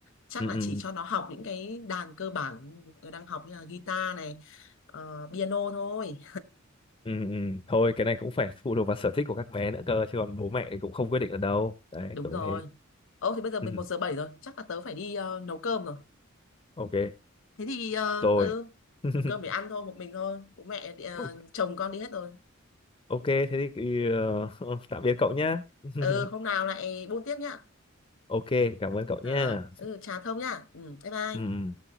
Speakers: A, on the left; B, on the left.
A: chắc
B: ừ
A: là
B: ừ
A: chỉ cho nó học những cái đàn cơ bản nó đang học như là guitar này ờ, piano thôi
B: ừ ừ. thôi cái này cũng phải phụ thuộc vào sở thích của các bé nữa cơ chứ còn bố mẹ thì cũng không quyết định được đâu đấy
A: đúng
B: kiểu
A: rồi
B: như thế
A: ô thì bây giờ mình
B: ừ.
A: một giờ bảy rồi chắc là tớ phải đi ờ, nấu cơm rồi
B: ok
A: thế thì ờ,
B: rồi
A: ừ
B: <laughs>
A: nấu cơm để ăn thôi một mình thôi bố mẹ đi- ờ,
B: O-
A: chồng con đi hết rồi
B: ok thế thì ờ, <laughs> tạm biệt cậu nhá <laughs>
A: ừ hôm nào lại buôn tiếp nhá
B: ok cảm ơn cậu
A: rồi,
B: nhá
A: rồi. ừ trà thông nhá ừ bye bye
B: ừ ừ.